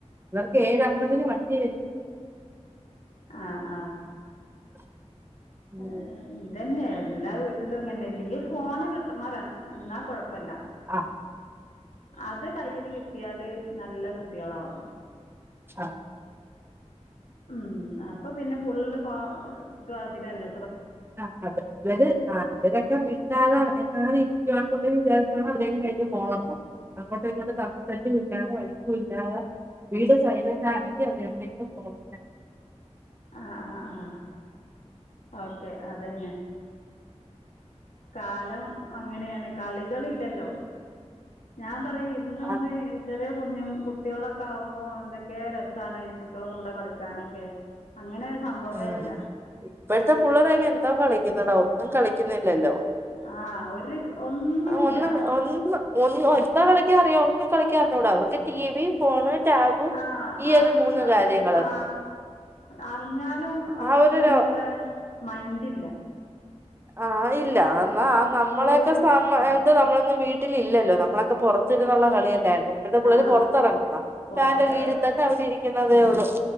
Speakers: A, on the right; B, on the left.
A: ഇവർക്ക് ഏഴ് അമ്പതിന് വണ്ടി വരും
B: ആഹ ആഹ
A: <inaudible> ഉം
B: ആ ഇതന്നെ എല്ലാ വീട്ടിലും ഇങ്ങനെതന്നെ അല്ലങ്കി ഫോണ് കി മാർ എന്നാ കൊഴപ്പില്ല
A: ആ
B: അത് കൈയില് കിട്ടിയാല് നല്ല കുട്ടികളാവും
A: ആ
B: ഉം അപ്പൊ പിന്നെ ഫുള്ള് എന്താ അതില്ലല്ല
A: ആ ഇവര് ആ ഇവരൊക്കെ വീട്ട ങ്ങാനരിക്കുവാണ്ട വിചാരിച്ചണോ അവരേക്ക കയ്യിൽ ഫോണുണ്ടന്ന് അങ്ങോട്ടും ഇങ്ങോട്ട് തമ്പസറ്റും ഇല്ലാതെ വഴുക്കും ഇല്ലതെ വീട് സൈലന്റ് ആണെങ്കിൽ അവർ എവിടെങ്കിലും പോകും
B: ആ ആ ആ ഓക്കെ അതന്നെ കാലം അങ്ങനെയാണ് കളികളില്ലല്ലോ ഞാൻ പറയും ഇരുന്ന്
A: ആഹ്
B: ഒന്ന് ചെറിയ കുഞ്ഞും കുട്ടികളൊക്കെ ആകുമ്പ അപ്പ എന്തൊക്കെയ രസാണ് കുട്ടികളെ കൂടെ കളിക്കാനൊക്കെ അങ്ങനെ സംഭവമേ
A: ആ
B: ഇല്ല
A: ഇപ്പോഴത്തെ പുള്ളരൊക്കെ എന്തോ കളിക്കുന് ന്നത് ഒന്നും കളിക്കുന്നില്ലല്ലോ
B: ആഹ് ഒരു ഒന്നുമില്ല
A: ആ ഒന്ന് ഒന്ന് ഒന്ന് എന്തോ കളിക്കാനറിയാം ഒന്നും കളിക്കാൻ അറിഞ്ഞൂട അവർക്ക് ടി വി ഫോണ് ടാബ്
B: ആ
A: ഈ
B: അറി
A: ഒരു മൂന്ന് കാര്യങ്ങള്
B: ആ അറിഞ്ഞാലും അവക്കതിനുള്ള
A: ആ ഒരു ലോ
B: മൈൻഡില്ലാ
A: ആ ഇല്ല എന്നാൽ നമ്മളെയൊക്കെ
B: വീട്
A: സമയത്ത്
B: ആ
A: നമ്മള് വീട്ടിലില്ലല്ലോ നമ്മളൊക്കെ പുറത്തിരുന്നള്ള കളിയല്ല ഇപ്പത്തെ പുള്ളര്
B: ആ
A: പുറത്തിറങ്ങുന്ന
B: പുറത്ത്
A: ഫാന്റെ കീഴിൽ തന്നെ അവിടെ ഇരിക്കുന്നതേ ഉള്ളൂ